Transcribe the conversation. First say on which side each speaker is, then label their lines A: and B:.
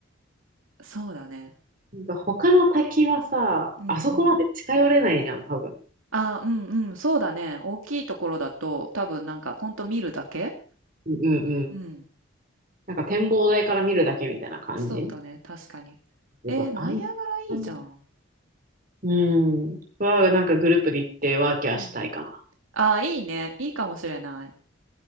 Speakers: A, on the right; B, on the right.
A: そうだね。
B: なんか他の滝はさ、
A: うんうん。
B: あそこまで近寄れないじゃん、多分。
A: あ、うんうん。そうだね。大きいところだと多分なんかほんと見るだけ
B: うんうんうん。
A: うん。
B: なんか展望台から見るだけみたいな感じ
A: そうだね。確かに。
B: えっと、
A: えー、ナイアガラいいじゃん。
B: あんま、うん。は、なんかグループで行ってワーキャーしたいかな。
A: うん。ああ、いいね。いいかもしれない。